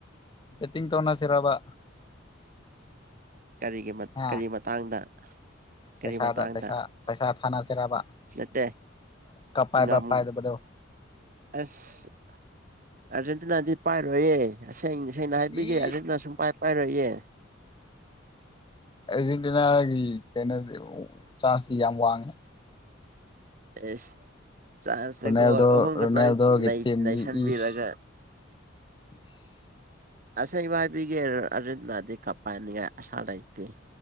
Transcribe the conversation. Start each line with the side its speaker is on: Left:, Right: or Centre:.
Left: ꯕꯦꯠꯇꯤꯡ ꯇꯧꯅꯁꯤꯔꯕ
Right: ꯀꯔꯤꯒꯤ
Left: ꯍꯥ
Right: ꯀꯔꯤ ꯃꯇꯥꯡꯗ <unintelligible>
Left: ꯄꯩꯁꯥꯗ
Right: ꯃꯇꯥꯡꯗ
Left: ꯄꯩꯁꯥ ꯄꯩꯁꯥ ꯊꯥꯅ ꯆꯩꯦꯔꯥꯕ
Right: ꯅꯠꯇꯦ
Left: ꯀꯄꯥꯏꯕꯕꯥꯞꯄꯥꯏꯗꯕꯗꯣ
Right: ꯉꯝ ꯑꯁ ꯑꯥꯔꯖꯦꯟꯇꯤꯅꯥꯗꯤ ꯄꯥꯏꯔꯣꯏꯌꯦ ꯏꯁꯦꯡ ꯁꯦꯡꯅ ꯍꯥꯏꯕꯤꯒꯦ
Left: ꯏ
Right: ꯑꯗꯨꯅ ꯁꯨꯝ ꯄ ꯄꯥꯏꯔꯛꯌꯦꯦ
Left: ꯑꯔꯖꯦꯟꯇꯤꯅꯥꯒꯤ ꯀꯩꯅꯣꯗꯤ ꯆꯥꯟꯁꯇꯤ ꯌꯥꯝ ꯋꯥꯡꯉꯦ
Right: ꯑꯦꯁ ꯆꯥꯟꯁꯅ
Left: ꯔꯣꯅꯦꯜꯗꯣ
Right: ꯒꯣꯜ ꯑꯍꯨꯝ
Left: ꯔꯣꯅꯦꯜꯗꯣꯒꯤꯇꯦꯝꯗꯤ
Right: ꯈꯛꯇꯪ ꯅꯩ ꯅꯩꯁꯟꯕꯤꯔꯒ
Left: ꯏꯁ ꯑꯁ
Right: ꯑꯁꯦꯡ ꯏꯃꯥꯏꯕꯤꯒꯤ ꯑꯔꯤꯟꯗꯗꯤ ꯀ ꯄꯥꯏꯅꯤꯡꯉꯥꯏ ꯑꯁꯥ ꯂꯩꯇꯦ